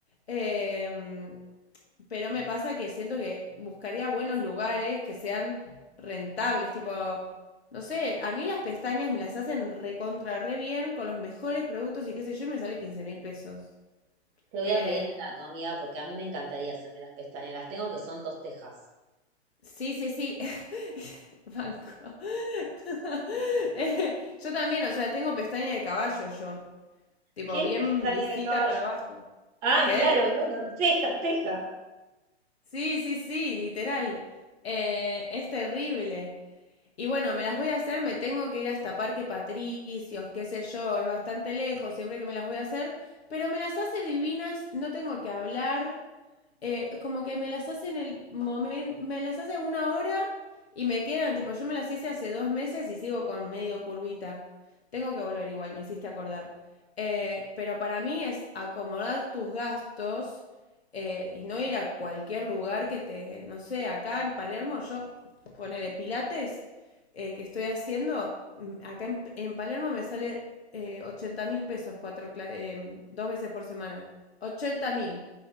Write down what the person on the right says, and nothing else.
Te voy
a pedir el dato, amiga, porque a mí me encantaría hacerme las pestañas. Las tengo que son dos tejas.
¿Qué
es pestaña
de caballo?
Ah,
claro, bueno, teja, teja.